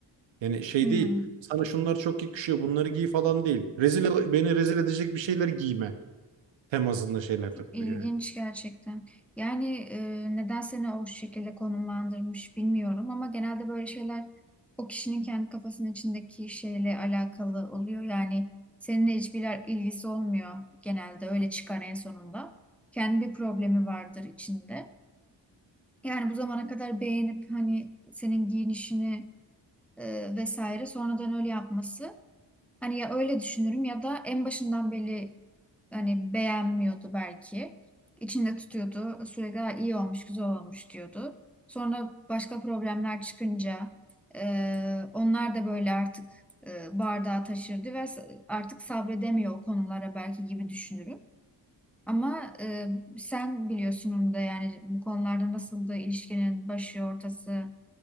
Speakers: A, on the right; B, in the centre.
A: Yani şey
B: Hmm.
A: değil. Sana şunlar çok yakışıyor, bunları giy falan değil. Rezil beni rezil edecek bir şeyler giyme temasında şeyler takılıyor.
B: İlginç
A: yani.
B: gerçekten. Yani e, neden seni o şekilde konumlandırmış bilmiyorum ama genelde böyle şeyler o kişinin kendi kafasının içindeki şeyle alakalı oluyor. Yani seninle hiçbir il- ilgisi olmuyor genelde öyle çıkar en sonunda. Kendi bir problemi vardır içinde. Yani bu zamana kadar beğenip hani senin giyinişini e, vesaire sonradan öyle yapması. Hani ya öyle düşünürüm ya da en başından beri hani beğenmiyordu belki. İçinde tutuyordu. Sürekli "Ha, iyi olmuş, güzel olmuş diyordu. Sonra başka problemler çıkınca e, onlar da böyle artık e, bardağı taşırdı ve s- artık sabredemiyor o konulara belki gibi düşünürüm. Ama e, sen biliyorsun onu da yani bu konularda nasıl da ilişkinin başı ortası